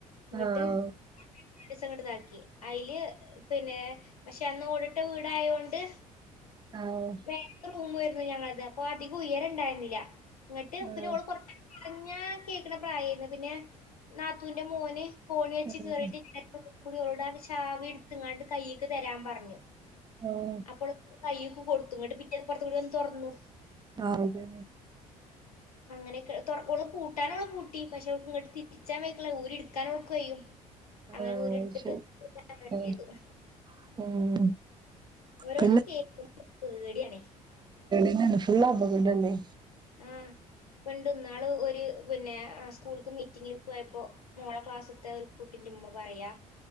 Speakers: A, on the left; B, on the right.
A: ഇന്ന്ട്ട്
B: ആഹ്
A: <unintelligible> സങ്ങട്താക്കി അയില് പിന്നെ പക്ഷെ അന്ന് ഓടിട്ട വീടായോണ്ട്
B: ആഹ്
A: വേറെ റൂമായിരുന്നു ഞങ്ങൾത് അപ്പൊ അധികം ഉയരണ്ടായിരുന്നില്ല ഇന്നട്ട് ഇപ്പരോള്
B: ആഹ്
A: പൊർ പറഞ്ഞാ കേക്ക്ണ പ്രായായിരുന്നു പിന്നെ നാത്തൂന്റെ മോന് കോണിച്ച്
B: ആഹ്
A: കേറീട്ട് <unintelligible> ഓൾട് ചാവിടുത്ത്ങ്ങാട്ട് കൈയ്യിക്ക് തരാംപറ്ഞ്ഞു
B: ആഹ്
A: അപ്പോൾ കൈയ്യ്ക്ക് കൊടുത്തു ന്ന്ട്ട് പിറ്റേ പുറ്ത്തകുടെ വന്ന് തൊറ്ന്നു
B: ആതെ
A: അങ്ങനെയൊക്കെ തൊർ ഓള് പൂട്ടാനോള് പൂട്ടി പക്ഷെ ഓൾക്ക് ഇങ്ങട്ട് തിരിച്ചാൻവൈക്ക്ൺള ഊരിടുക്കാനോൾക്ക് കയ്യും അങ്ങനെഓര്ട്ത്തിട്ട്
B: ആഹ് ശരി
A: <unintelligible>
B: ഉം
A: ചെയ്തു
B: ഉം
A: ഓരോന്ന്
B: പിന്നെ
A: കേക്കുമ്പോ പേടിയാണേ
B: നെന്നെ ഫുള്ളാപകടല്ലേ
A: അ പണ്ട്ന്നാള് ഒരു പിന്നെ സ്കൂൾക്ക് മീറ്റിങ്ങിൽ പോയപ്പോ മോളെ ക്ലാസ്ത്തെ ഒരു കുട്ടിന്റെ ഉമ്മ പറയാ